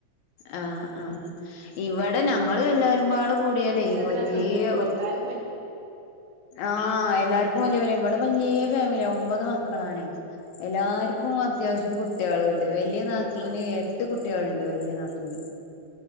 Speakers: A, on the left; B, on the right.
A: ആഹ് ആഹ ഇവിടെ ഞങ്ങ എല്ലാരും പാട അടെ കൂടിയാലേ
B: നിങ്ങൾക്ക് എത്ര
A: വലിയ
B: എത്തും
A: ഒ
B: എല്ലാർക്കും വല്
A: ആ്ഹ് എല്ലാർക്കും വലിയ വലിയ ഇവിടെ വലിയ ഫാമിലിയ ഒമ്പത് ആണേ എല്ലാർക്കും അത്യാവശ്യം കുട്ടികളുണ്ട്
B: ഏ
A: വലിയ നാത്തുവിന് എട്ട് കുട്ടികളുണ്ട് വലിയ നാത്തുവിന്